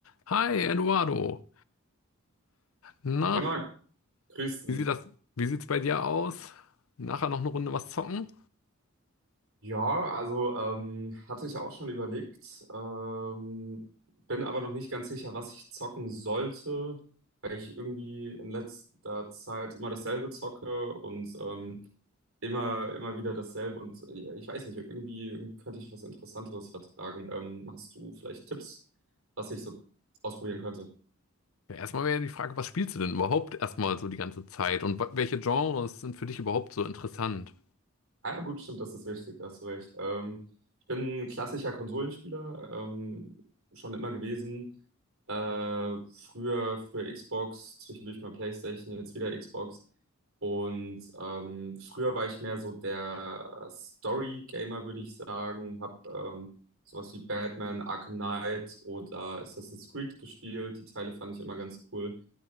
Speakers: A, on the left; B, on the right.
A: Hi, Eduardo. Na,
B: Hey Marc, grüß dich.
A: wie sieht das, wie sieht's bei dir aus? Nachher noch eine Runde was zocken?
B: Ja, also ähm, hatte ich auch schon überlegt, ähm, bin aber noch nicht ganz sicher, was ich zocken sollte, weil ich irgendwie in letzter Zeit immer dasselbe zocke und ähm, immer, immer wieder dasselbe und äh, ich weiß nicht, irgendwie, irgendwie könnte ich was Interessanteres vertragen. Ähm, hast du vielleicht Tipps, was ich so ausprobieren könnte?
A: Ja, erstmal wäre ja die Frage, was spielst du denn überhaupt erstmal so die ganze Zeit? Und wa- welche Genres sind für dich überhaupt so interessant?
B: Ah, ja, gut, stimmt, das ist wichtig, da hast du recht. Ähm, ich bin ein klassischer Konsolenspieler, ähm, schon immer gewesen. Äh, früher, früher Xbox, zwischendurch mal PlayStation, jetzt wieder Xbox. Und ähm, früher war ich mehr so der Story-Gamer, würde ich sagen. Hab ähm, sowas wie Batman, Arkham Knight oder Assassin's Creed gespielt. Die Teile fand ich immer ganz cool.